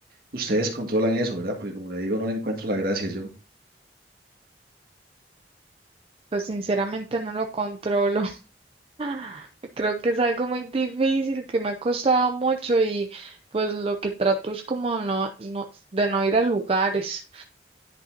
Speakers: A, on the right; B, on the right.
A: ustedes controlan eso, ¿verdad? Porque como le digo, no le encuentro la gracia yo.
B: Pues sinceramente no lo controlo. <laughs> Creo que es algo muy difícil, que me ha costado mucho y pues lo que trato es como no, no, de no ir a lugares.